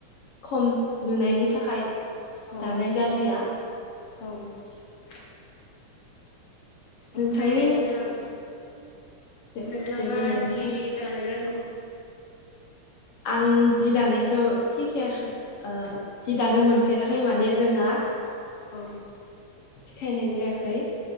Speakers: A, on the left; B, on the left.
A: खम नुनायनि थाखाय
B: औ
A: दानाय जालिया
B: औ
A: <inaudible> नोंथांनि
B: ओमफ्राय नोंथां
A: दे
B: नोंथाङा
A: दे बुंलाय नोंथां
B: जि दानो रों
A: आं जि दानायखौ सिखायाखै जि दानो मोनफेराखै माने रोङा
B: औ
A: सिखायनाय जायाखै